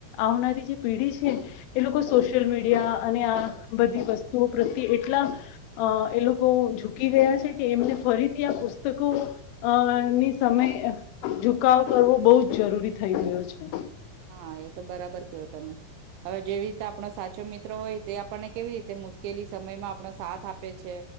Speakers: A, on the left; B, on the right.
A: આવનારી જે પેઢી છે, એ લોકો સોશિયલ મીડિયા અને આ બધી વસ્તુઓ પ્રત્યે એટલા, એ લોકો ઝુકી રહયા છે કે એમને ફરીથી આ પુસ્તકો અની સમય ઝુકાવ કરવો બહુ જ જરૂરી થઈ ગયો છે.
B: હા એ તો બરાબર કેયો તમે, હવે જેવી રીતે આપણો સાચો મિત્રો હોય તે આપણને કેવી રીતે મુશ્કેલી સમયમાં આપણો સાથ આપે છે,